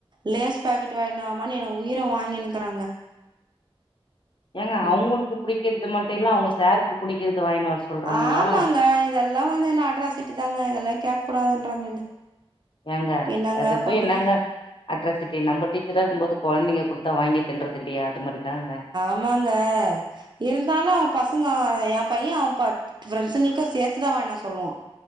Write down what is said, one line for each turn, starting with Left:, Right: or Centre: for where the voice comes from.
Right: லேஸ் பாக்கெட்டு வாங்கினு வாமான்னு என்ன உயிர வாங்கினுக்கிறாங்க
Left: ஏங்க
Right: ம்
Left: அவங்களுக்கு புடிக்கிறது மட்டு இல்ல அவங்க சாருக்கு ப புடிக்கிறது வாங்கினு வர சொல்றாங்களா
Right: ஆமாங்க இதெல்லா வந்து என்னா அட்ராசிட்டி தாங்க இதெல்லா கேக்க கூடாதுன்றாங்க என்ன
Left: ஏங்க
Right: என்னங்க
Left: அத போய்
Right: பண்றது
Left: என்னாங்க அட்ராசிட்டி நம்ம டீச்சரா இருக்கும்போது கொழந்தைங்க குடுத்தா வாங்கி தின்றது இல்லியா அது மாதிரிதாங்க
Right: ஆமாங்க இருந்தாலு அவ பசங்க ஆ என் பையன் அவன் ப ஃப்ரெண்ட்ஸுங்களுக்கு சேத்துதா வாங்கினு வர சொல்லுவா